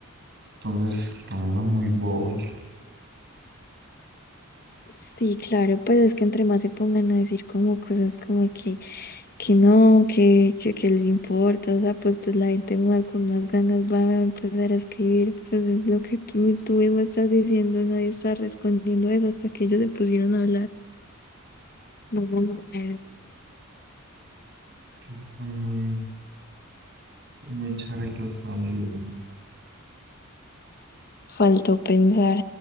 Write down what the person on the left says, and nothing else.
Sí, claro, pues es que entre más se pongan a decir como cosas como que que no, que, que, que les importa, o sea, pues, pues la gente más con más ganas va a empezar a escribir, pues es lo que tú, mi- tú mismo estás diciendo, nadie está respondiendo eso hasta que ellos se pusieron a hablar. No, no, no, eh,
Faltó pensar.